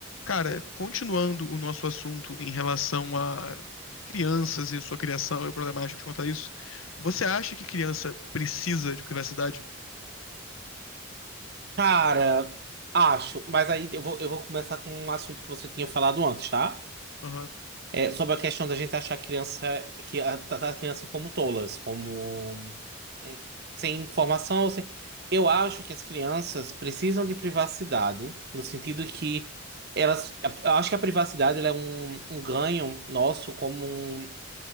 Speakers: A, on the left; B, on the right.
A: Cara, continuando o nosso assunto em relação a crianças e sua criação e problemáticas quanto a isso, você acha que criança precisa de privacidade?
B: Cara, acho, mas aí eu vou, eu vou começar com um assunto que você tinha falado antes, tá?
A: Aham.
B: É, sobre a questão da gente achar a criança, que a- tratar a criança como tolas, como hum, sem informação. Sem... Eu acho que as crianças precisam de privacidade, no sentido que elas, eu acho que a privacidade ela é um, um ganho nosso como, um,